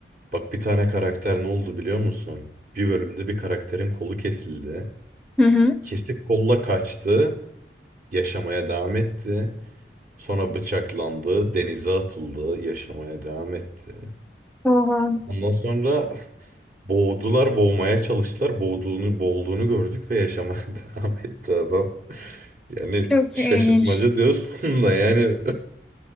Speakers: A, on the right; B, in the centre.
A: Bak bir tane karakter ne oldu biliyor musun? Bir bölümde bir karakterin kolu kesildi.
B: Hı hı.
A: Kesik kolla kaçtı. Yaşamaya devam etti. Sonra bıçaklandı. Denize atıldı. Yaşamaya devam etti.
B: Oha.
A: Ondan sonra boğdular, boğmaya çalıştılar. Boğduğunu, boğulduğunu gördük ve yaşamaya <laughs> devam etti adam. Yani
B: Çok
A: şaşırtmaca
B: ilginç.
A: diyorsun da yani